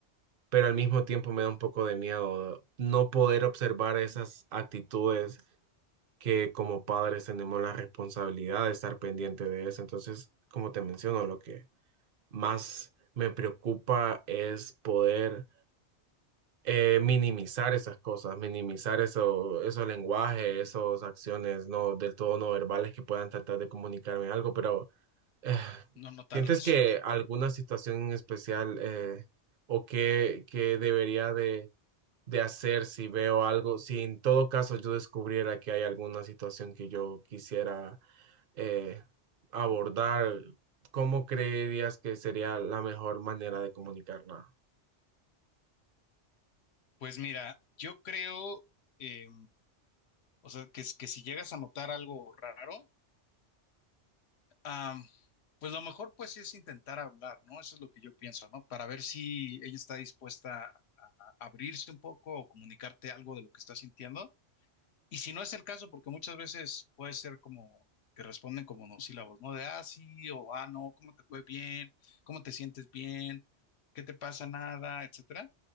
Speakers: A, on the right; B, on the left.
A: Pero al mismo tiempo me da un poco de miedo no poder observar esas actitudes que como padres tenemos la responsabilidad de estar pendiente de eso. Entonces, como te menciono, lo que más me preocupa es poder eh, minimizar esas cosas, minimizar eso, esos lenguajes, esas acciones no del todo no verbales que puedan tratar de comunicarme algo, pero eh,
B: no notarlas.
A: ¿sientes que alguna situación en especial eh, o que, que debería de de hacer si veo algo, si en todo caso yo descubriera que hay alguna situación que yo quisiera eh, abordar, ¿cómo creerías que sería la mejor manera de comunicarla?
B: Pues mira, yo creo, eh, o sea, que, que si llegas a notar algo raro, ah, pues lo mejor pues es intentar hablar, ¿no? Eso es lo que yo pienso, ¿no? Para ver si ella está dispuesta a abrirse un poco o comunicarte algo de lo que está sintiendo. Y si no es el caso, porque muchas veces puede ser como que responden como monosílabos, ¿no? De ah, sí, o ah, no, ¿cómo te fue bien? ¿Cómo te sientes bien? ¿Qué te pasa? Nada, etcétera.